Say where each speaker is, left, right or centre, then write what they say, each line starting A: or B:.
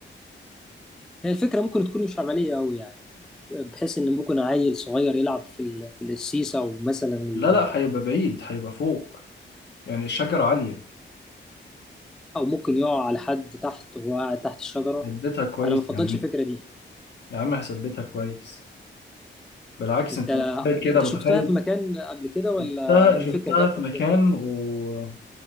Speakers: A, in the centre; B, on the left (about 60°).
A: هي الفكره ممكن تكون مش عمليه قوي يعني بحيث ان ممكن عيل صغير يلعب في ال... في السيسه او مثلا ال...
B: لا لا هيبقى بعيد هيبقى فوق يعني الشجرة عالية
A: او ممكن يقع على حد تحت وهو قاعد تحت الشجره
B: ثبتها كويس
A: انا ما بفضلش
B: يا عم
A: الفكره دي
B: يا عم هثبتها كويس بالعكس
A: انت
B: أنت متخيل كده
A: انت
B: متخيل
A: شفتها في مكان قبل كده ولا
B: شفتها
A: دي
B: شفتها
A: فكره جات
B: في
A: لك
B: مكان
A: كده
B: و